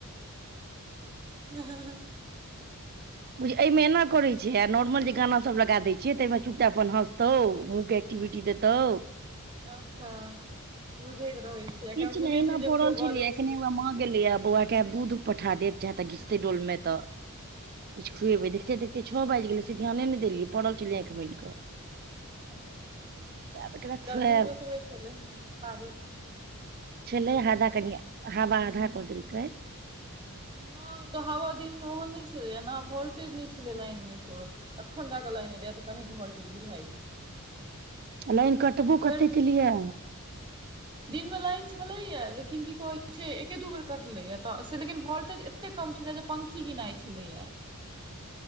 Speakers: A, on the right (about 20°); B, on the right (about 45°).
A: ह
B: बुझिय एहिमे एना करैत छै आ नॉर्मल जे गाना सभ लगा दै छिय ताहिमे चुपचाप अपन हँसतौ मुँह एक्टीविटी देतौ
A: अच्छा बुझैत रहै छै एखन
B: किछ
A: बुझै
B: नहि अना
A: छै
B: पड़ल
A: जब केओ
B: छलियै
A: बजै
B: एखने
A: छै
B: मां गेलै बौआ के दूध पठा देव चाहे तऽ घिचते डोल मे तऽ किछु खुएबे देख देखते देखते छ बाजि गेलै से ध्यान नहि देलियै पड़ल छलियै आखिं मुइन कऽ
A: हँ
B: आब एकरा
A: गर्मीयो
B: खुआएब
A: त ओतबे छलै <unintelligible>
B: छलै हाधा कनि हाबा आधा कदेलकै
A: नय तऽ हवा दिन मे ओहन नै छलै ना वोल्टेज नै छलै लाइन मे एको रती एखन जाक लाईन एलैया तऽ कनिक वोल्टेज बुझाइ छै
B: लाइन कटबो
A: भरि
B: कते
A: दिन
B: के लैया
A: <inaudible> दिनमे लाइन छलैया लेकिन की कहै छै एके दू बेर कटलैए तऽ से लेकिन वोल्टेज ए एते कम छलैया जे पंखी गिनाइ छलैया